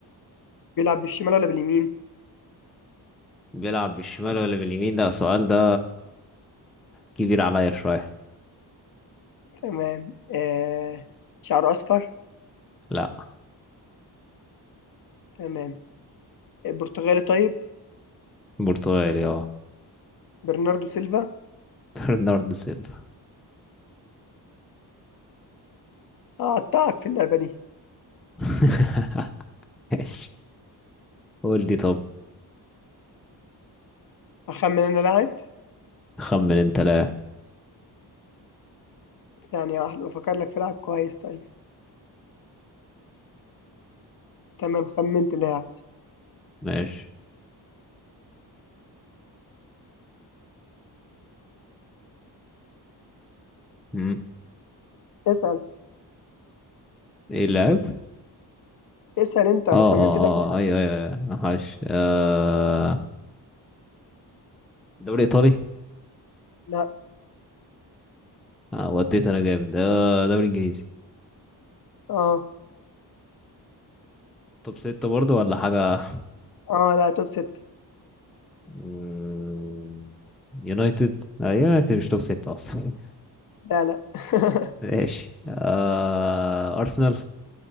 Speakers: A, on the left (about 55°); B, in the centre.
A: بيلعب بالشمال ولا باليمين
B: بيلعب بالشمال ولا باليمين لا السؤال ده كبير عليا شوية
A: تمام آه شعره اصفر
B: لا
A: تمام آه، برتغالي طيب
B: برتغالي اه
A: برناردو سيلفا
B: برنارد سيلفا
A: أقطعك في اللعبة دي
B: <laughs> ماشي قول لي طب
A: أخمن أنا لاعب
B: خمن انت لاعب
A: ثانية واحدة بفكر لك في لاعب كويس طيب تمام خمنت لاعب
B: ماشي مم.
A: اسأل
B: ايه اللاعب
A: اسأل أنت أنا
B: اه اه
A: خمنت لك لاعب
B: اه ايوه ايوه أيوة، عاش آه دوري ايطالي
A: لا
B: آه وديت انا جامد آه دوري انجليزي
A: آه
B: توب ستة برضه ولا حاجة
A: آه لا توب ست
B: مم، يونايتد آه يونايتد مش توب ستة اصلا
A: لا لا <laughs>
B: <laughs> ماشي آه ارسنال